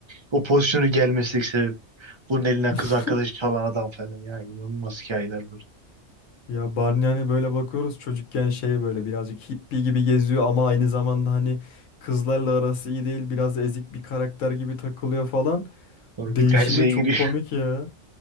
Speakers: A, on the right; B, on the left.
A: O pozisyonu gelmesek sebep. Bunun elinden
B: <laughs>
A: kız arkadaşı çalan adam falan. Ya inanılmaz hikayeler var.
B: Ya Barney hani böyle bakıyoruz çocukken şey böyle birazcık hippie gibi geziyor ama aynı zamanda hani kızlarla arası iyi değil biraz ezik bir karakter gibi takılıyor falan.
A: Sonra
B: Değişimi
A: bir terziye
B: çok
A: giriyor.
B: komik ya.